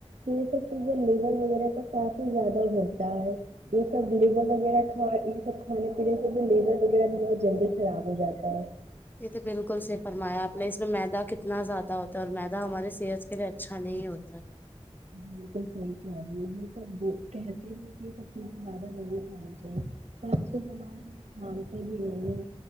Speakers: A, on the right (about 75°); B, on the left (about 15°).
A: جیسی چیز لیون وغیرہ تو کافی زیادہ ہوتا ہے یہ سب لیبر وغیرہ اور یہ سب کھانے پینے سے لیور وغیرہ بہت جلدی خراب ہو جاتا <unintelligible>
B: یہ تو بالکل صحیح فرمایا آپ نے اس میں میدہ کتنا زیادہ ہوتا ہے اور میدہ ہماری صحت کے لیے اچھا نہیں ہوتا
A: بالکل صحیح کہہ رہی یہ سب کہتے ہیں کہ یہ سب چیزیں زیادہ نہیں کھانی چاہییں آج کل ہمارے لوگ مانتے بھی نہیں ہیں